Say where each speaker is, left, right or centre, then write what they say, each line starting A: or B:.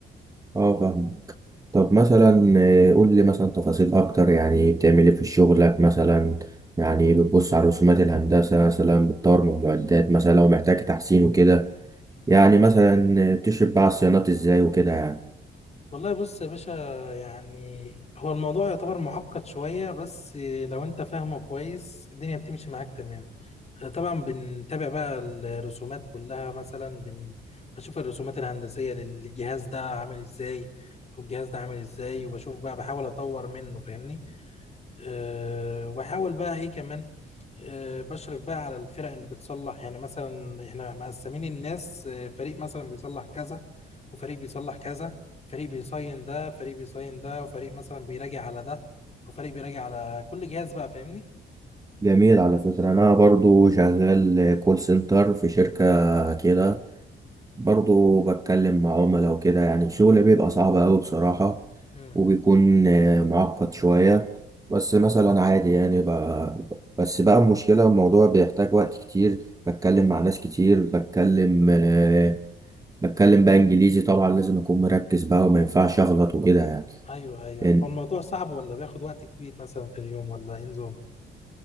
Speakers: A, on the right; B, on the left.
A: اه فاهمك طب مثلا آه، قول لي مثلا تفاصيل اكتر يعني بتعمل ايه في شغلك مثلا يعني بتبص على رسومات الهندسة مثلا بتطور من معدات مثلا لو محتاج تحسين وكده يعني مثلا آه، تشرف بقى على الصيانات ازاي وكده يعني
B: والله بص يا باشا يعني هو الموضوع يعتبر معقد شوية بس لو انت فاهمه كويس الدنيا بتمشي معاك تمام آه، طبعا بنتابع بقى الرسومات كلها مثلا بن... بشوف الرسومات الهندسية للجهاز ده عامل ازاي والجهاز ده عامل ازاي وبشوف بقى بحاول اطور منه فاهمني أه وبحاول بقى ايه كمان آه، بشرف بقى على الفرق اللي بتصلح يعني مثلا احنا مقسمين الناس آه، فريق مثلا بيصلح كذا وفريق بيصلح كذا فريق بيصين ده فريق بيصين ده وفريق مثلا بيراجع على ده وفريق بيراجع على كل جهاز بقى فاهمني؟
A: جميل على فكرة أنا برضو شغال كول سنتر في شركة كده برضو بتكلم مع عملاء وكده يعني الشغل بيبقى صعب أوي بصراحة
B: امم
A: وبيكون آه، معقد شوية بس مثلا عادي يعني ب- بس بقى المشكلة الموضوع بيحتاج وقت كتير بتكلم مع ناس كتير بتكلم آه، بتكلم بقى إنجليزي طبعا لازم أكون مركز بقى وما ينفعش أغلط وكده يعني
B: ايوه ايوه
A: لأن
B: هو الموضوع صعب ولا بياخد وقت كبير مثلا في اليوم ولا ايه نظام؟